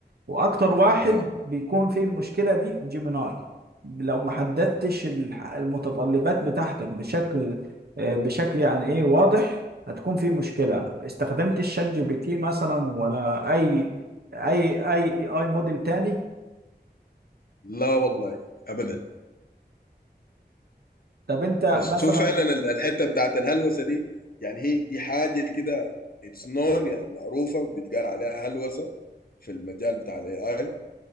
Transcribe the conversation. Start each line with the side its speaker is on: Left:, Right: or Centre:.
Right: واكتر واحد
Left: ها
Right: بيكون فيه المشكله دي جيميناي لو ما حددتش الح- المتطلبات بتاعتك بشكل آه، بشكل يعني ايه واضح هتكون في مشكلة استخدمت الشات جي بي تي مثلا ولا اي اي اي اي موديل تاني
Left: لا والله ابدا
Right: طب انت
Left: بس
Right: مثلا
Left: هو فعلا ال- الحته بتاعت الهلوسه دي يعني هي دي حاجه كده اتس نون يعني معروفه بيتقال عليها هلوسه في المجال بتاع الاي اي